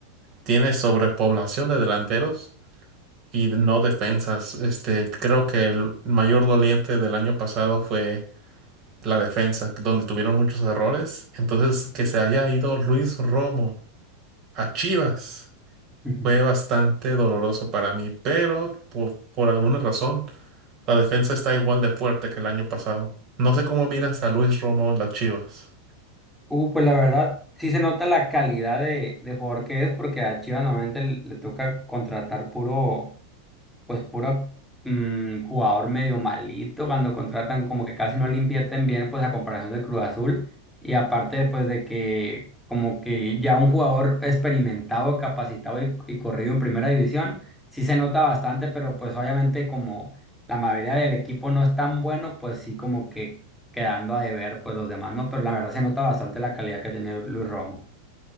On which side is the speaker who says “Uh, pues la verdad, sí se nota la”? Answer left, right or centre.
Centre